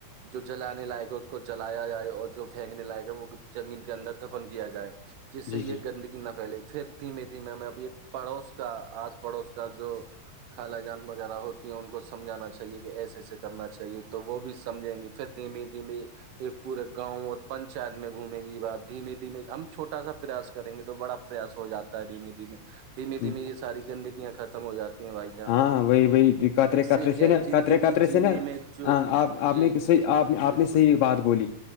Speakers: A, on the right; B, on the left.
A: جو جلانے لائقا اس کو جلایا جائے اور جو پھینکنے لائقا وہ زمین کے اندر دفن کیا جائے جس سے
B: جی
A: یہ گندگی نا پہلے پھر دھیمے دھیمے ہمیں ایک پڑوس کا آس پڑوس کا جو خالا جان وغیرہ ہوتی ہیں ان کو سمجھانا چاہیے اہے کہ ایسے ایسے کرنا چاہیے تو وہ بھی سمجھیں گے پھر دھیمے دھیمے ایک پورے گاؤں اور پنچات میں گھومیں گی بات دھیمیے دھیممی ہم چھوٹا سا پریاس کریں گے تو بڑا پریاس ہواتا ہے دھیمے دھیمے دھیمے
B: جی
A: دھیمے یہ ساری گندگیاں ختم ہو جاتی ہیں بھائی جان
B: ہاں وہی وہی قطرے
A: اس
B: قطرے
A: سے کیا
B: نا
A: زندگی
B: قطرے قطرے
A: جینے
B: سے نا
A: میں جو
B: ہاں آپ آپ
A: جی
B: نے
A: جی
B: صحیح
A: جی
B: آپ نے آپ
A: بالکل
B: نے صحیح
A: بالکل
B: بات بولی